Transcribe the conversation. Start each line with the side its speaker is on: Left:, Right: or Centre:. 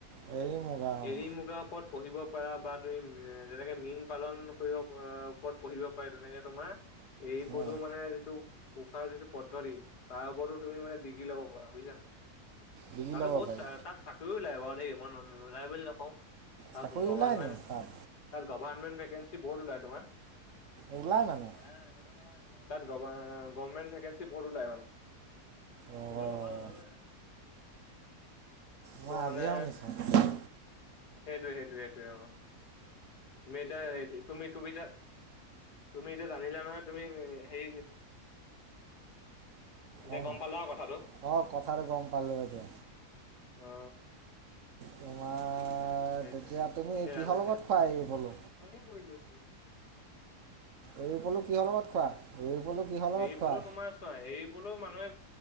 Right: এৰি মুগা অঁ
Left: এৰি মুগাৰ ওপৰত পঢ়িব পাৰা বা তুমি যেনেকে মীন পালন কৰিব ওপৰত পঢ়িব পাৰা তেনেকে তোমাৰ এৰিপলো
Right: অঁ
Left: মানে যিটো পোহাৰ যিটো পদ্ধতি তাৰ ওপৰতো তুমি মানে ডিগ্ৰী ল'ব পাৰা বুজিছানে
Right: বিকি
Left: তাতো
Right: ল'ব
Left: বহুত
Right: পাৰি
Left: তাত চাকৰিও ওলাই বাৰু দেই মই নোলাই বুলি নকওঁ তাত
Right: চাকৰি
Left: গভমেণ্ট
Right: ওলাই নি তাত
Left: তাত গভমেণ্ট বেকেন্সি বহুত ওলায় তোমাৰ
Right: ওলাই মানে
Left: নাই সেইটো নহয় তাত গভমেণ্ট ভেকেঞ্চি বহুত ওলাই মানে
Right: অঁ
Left: এইটো নহয় বোলো চ
Right: মই
Left: মানে
Right: আজিহে শুনিছোঁ
Left: সেইটোৱে সেইটোৱে সেইটোৱে অ তুমি এতিয়া তুমি তুমি এ তা তুমি এতিয়া জানিলা নহয় তুমি হে এতিয়া
Right: অঁ
Left: গম পালা কথাটো
Right: অঁ কথাটো গম পালোঁ এতিয়া
Left: অ
Right: তোমাৰ
Left: সেইটোৱে
Right: তেতিয়া তুমি
Left: এতিয়া
Right: কিহৰ
Left: ৰান হৈছে
Right: লগত খোৱা এৰী পলু
Left: ওঠনিয়ে কৰিলো
Right: এৰি পলু কিহৰ লগত খোৱা এৰি পলু কিহৰ লগত
Left: এৰি পলু
Right: খোৱা?
Left: তোমাৰ চোৱা এৰি পলু মানুহে